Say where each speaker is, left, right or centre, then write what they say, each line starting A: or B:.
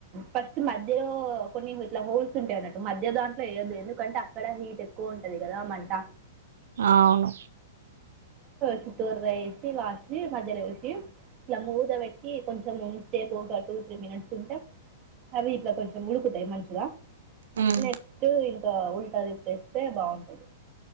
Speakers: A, on the right (about 35°); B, on the right (about 80°).
A: ఫస్ట్ మధ్యలో కొన్ని ఇట్ల హోల్స్ ఉంటాయి అన్నట్టు మధ్య దాంట్లో ఏదు ఎందుకంటే అక్కడ హీట్ ఎక్కువ ఉంటది కదా మంట
B: ఆ అవును
A: చుట్టూరు వేసి లాస్ట్ మధ్యలో వేసి ఇట్లా మూద పెట్టి కొంచెం హోమ్ స్టే పోగా టూ త్రీ మినిట్స్ ఉంటే అవి ఇట్లా కొంచెం ఉడుకుతాయి మంచిగా
B: ఉమ్
A: నెక్స్ట్ ఇంక ఉల్టా తిప్పేస్తే బాగుంటది